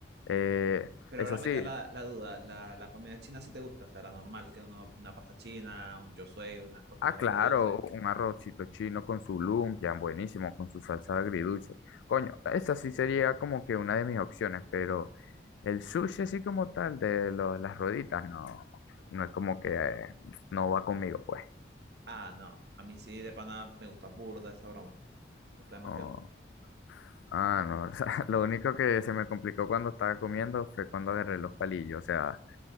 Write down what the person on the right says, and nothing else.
Pero
ahora
me queda la, la duda, la, la comida china sí te gusta, o sea, la normal, que uno, una pasta china, un chosuey, unas costillas
agridulces.
Ah, no, a mí sí de pana me gusta burda esa broma, me gusta demasiado.